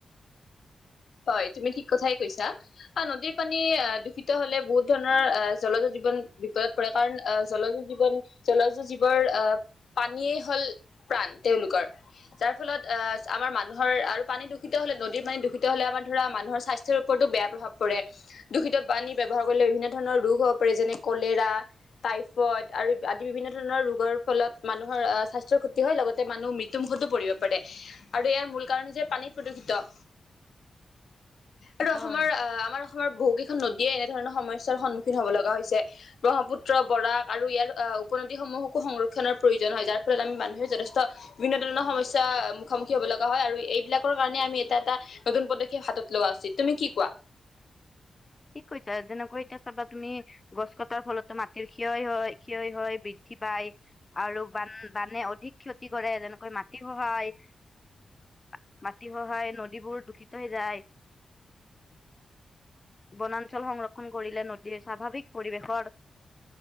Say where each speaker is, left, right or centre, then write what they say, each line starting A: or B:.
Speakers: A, on the left; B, on the left.
A: হয়, তুমি ঠিক কথাই কৈছা। অ', নদীৰ পানী দূষিত হ'লে বহুত ধৰণৰ জলজ জীৱন বিপদত পৰে কাৰণ আহ, জলজ জীৱন জলজ জীৱৰ আহ পানীয়েই হ'ল প্ৰাণ তেওঁলোকৰ। যাৰ ফলত আ, আমাৰ মানুহৰ আৰু পানী দূষিত হ'লে নদীৰ পানী দূষিত হ'লে আমাৰ ধৰা মানুহৰ স্বাস্থ্যৰ ওপৰতো বেয়া প্ৰভাৱ পৰে। দূষিত পানী ব্যৱহাৰ কৰিলে বিভিন্ন ধৰণৰ ৰোগ হ'ব পাৰে যেনে কলেৰা টাইফইদ আৰু আদি বিভিন্ন ধৰণৰ ৰোগৰ ফলত মানুহৰ আহ স্বাস্থ্যৰ ক্ষতি হয় লগতে মানুহ মৃত টো মুখতো পৰিব পাৰে আৰু ইয়াৰ মূল কাৰণ হৈছে পানী প্ৰদূষিত। আৰু
B: হয়
A: অসমৰ আহ আমাৰ অসমৰ বহু কেইখন নদীয়ে এনেধৰণৰ সমস্যাৰ সন্মুখীন হব লগা হৈছে। ব্ৰহ্মপুত্ৰ, বৰাক আৰু ইয়াৰ আহ উপনদীসমূহকো সংৰক্ষণৰ প্ৰয়োজন হয় যাৰ ফলত আমি মানুহে যথেষ্ট বিভিন্ন ধৰণৰ সমস্যা মুখামুখি হব লগা হয় আৰু এইবিলাকৰ কাৰণে আমি এটা এটা নতুন পদক্ষেপ হাতত লোৱা উচিত তুমি কি কোৱা।
B: ঠিক কৈতা যেনেকৈ এতিয়া চাবা তুমি গছ কটাৰ ফলততো মাটিৰ ক্ষয় হয় ক্ষয় হয় বি ঠিপাই পায় আৰু বান বানে অধিক ক্ষতি কৰে যেনেকৈ মাট টি খহায় মা মাটি খহাই নদীবোৰ দূষিত হৈ যায়। বনাঞ্চল সংৰক্ষণ কৰিলে নদীৰ স্বাভাৱিক পৰিৱেশৰ